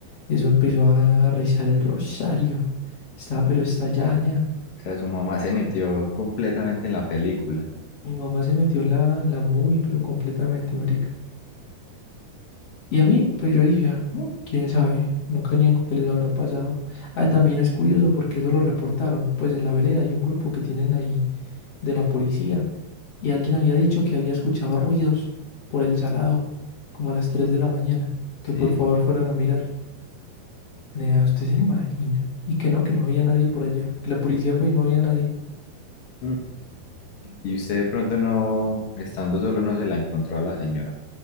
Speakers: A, on the left; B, on the left.
A: Eso empezó a rezar el rosario. Estaba pero estallada, nea.
B: O sea, su mamá <laughs> se metió completamente en la película.
A: Mi mamá se metió en la, en la muy, pero completamente, marica. Y a mí, pues yo dije, "Ah, oh, quién sabe, un cañenco que les habrá pasado. Ah, también es curioso porque eso lo reportaron. Pues en la vereda hay un grupo que tienen ahí de la policía y alguien había dicho que había escuchado ruidos por el salado, como a las 3 de la mañana, que
B: Sí.
A: por favor fueran a mirar. Nea, usted se imagina. Y que no, que no había nadie por allá, que la policía fue y no había nadie.
B: Mm. Y usted de pronto no, estando solo, no se la encontró a la señora.